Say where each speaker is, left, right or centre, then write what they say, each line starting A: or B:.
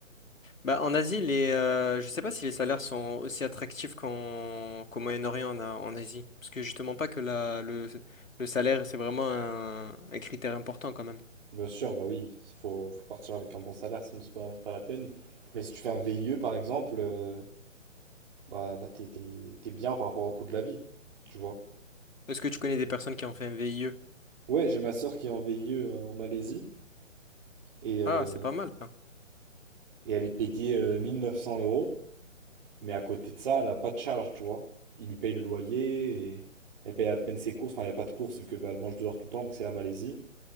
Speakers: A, on the left; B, on the right.
A: Bah, en Asie, les, euh, je sais pas si les salaires sont aussi attractifs qu'en, qu'au Moyen-Orient, en, en Asie. Parce que justement, pas que la, le, le salaire, c'est vraiment un, un critère important quand même.
B: Bien sûr, bah oui, faut, faut partir avec un bon salaire, sinon c'est pas, c'est pas la peine. Mais si tu fais un VIE, par exemple, euh, bah là, t'es, t'es t'es bien par rapport au coût de la vie, tu vois.
A: Est-ce que tu connais des personnes qui ont fait un VIE?
B: Ouais, j'ai ma sœur qui est en VIE euh, en Malaisie et, euh,
A: Ah, c'est pas mal ça.
B: et elle est payée euh, 1900 euros, mais à côté de ça, elle a pas de charge, tu vois. Ils lui payent le loyer et elle paye à peine ses courses. Enfin, il n'y a pas de courses vu que bah, elle mange dehors tout le temps vu que c'est la Malaisie